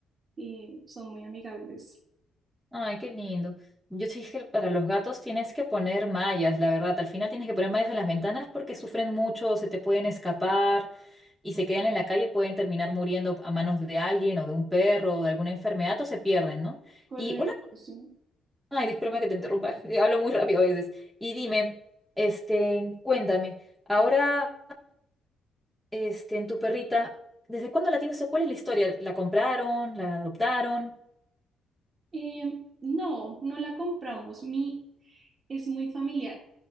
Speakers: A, on the right; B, in the centre.
A: y son muy amigables.
B: Ay, qué lindo. Yo sí dije, que para los gatos tienes que poner mallas, la verdad. Al final tienes que poner mallas en las ventanas porque sufren mucho, se te pueden escapar y se quedan en la calle, pueden terminar muriendo a manos de alguien o de un perro o de alguna enfermedad o se pierden, ¿no?
A: Correcto,
B: Y una...
A: sí.
B: Ay, discúlpame que te interrumpa, <laughs> hablo muy rápido a veces. Y dime, este, cuéntame, ahora, este, en tu perrita, ¿desde cuándo la tienes o cuál es la historia? ¿La compraron? ¿La adoptaron?
A: Eh, no, no la compramos. Mi, es muy familiar.